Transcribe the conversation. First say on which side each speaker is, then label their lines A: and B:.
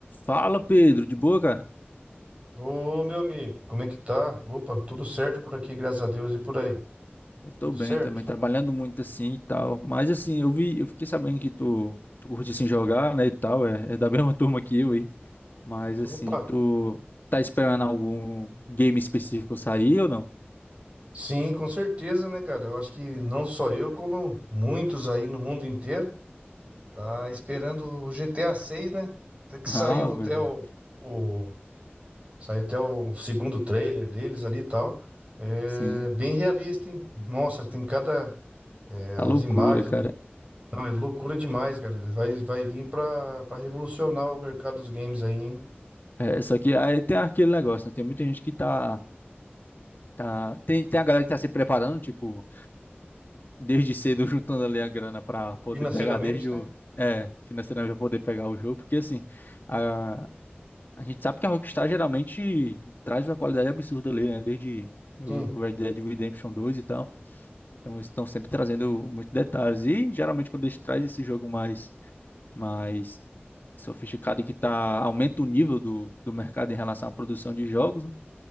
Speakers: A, on the left (about 50°); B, on the right (about 30°).
A: Fala, Pedro, de boa, cara?
B: Ô, meu amigo, como é que tá? Opa, tudo certo por aqui, graças a Deus, e por aí?
A: Eu tô
B: Tudo
A: bem
B: certo?
A: também, trabalhando muito assim e tal. Mas assim, eu vi, eu fiquei sabendo que tu, tu curte assim jogar, né, e tal, é, é da <laughs> mesma turma que eu aí. Mas
B: Então,
A: assim,
B: Opa,
A: tu tá esperando algum game específico sair ou não? <laughs>
B: sim, com certeza, né, cara? Eu acho que não só eu, como muitos aí no mundo inteiro, tá esperando o GTA 6, né? Até que
A: Ah,
B: saiu até
A: meu bem.
B: o, o- saiu até o segundo trailer deles ali e tal. É
A: Sim,
B: bem realista, hein? Nossa, tem cada é,
A: tá loucura,
B: as imagens,
A: cara.
B: os- não, é loucura demais, cara. Vai, vai vir pra, para revolucionar o mercado dos games aí, hein?
A: É, só que aí tem aquele negócio, né? Tem muita gente que tá, tá tem, tem a galera que tá se preparando, tipo, desde cedo <laughs> juntando ali a grana pra poder
B: Financeiramente,
A: pegar desde o
B: né?
A: É, financeiramente pra poder pegar o jogo, porque assim, a, A gente sabe que a Rockstar geralmente traz uma qualidade absurda ali, né? Desde o
B: Sim,
A: Red Dead Redemption dois e tal. Então eles estão sempre trazendo muitos detalhes. E geralmente quando eles trazem esse jogo mais, mais sofisticado e que tá, aumenta o nível do, do mercado em relação à produção de jogos, né,